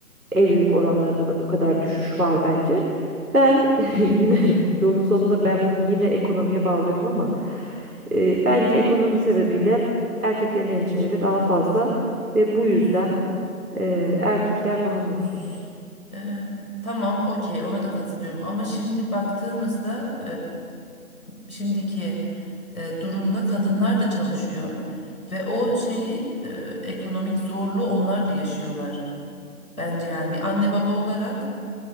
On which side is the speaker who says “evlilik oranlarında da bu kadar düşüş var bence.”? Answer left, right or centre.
Right